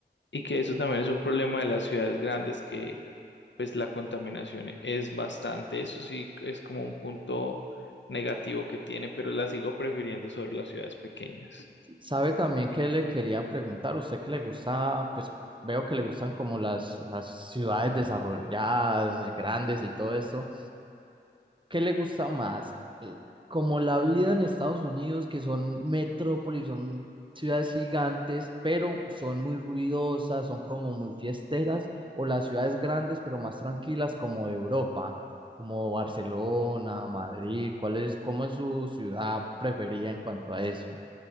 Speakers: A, on the left; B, on the right.
A: y que eso también es un problema de las ciudades grandes, que pues la contaminación es bastante. Eso sí es como un punto negativo que tiene, pero la sigo prefiriendo sobre las ciudades pequeñas.
B: ¿Sabe también que le quería preguntar? ¿Usted que le gusta, pues veo que le gustan como las, las ciudades desarrolladas, grandes y todo eso? ¿Qué le gusta más? El- Como la vida en Estados Unidos, que son metrópolis, son ciudades gigantes, pero son muy ruidosas, son como muy fiesteras, o las ciudades grandes, pero más tranquilas, como de Europa, como Barcelona, Madrid, ¿cuál es, cómo es su ciudad preferida en cuanto a eso?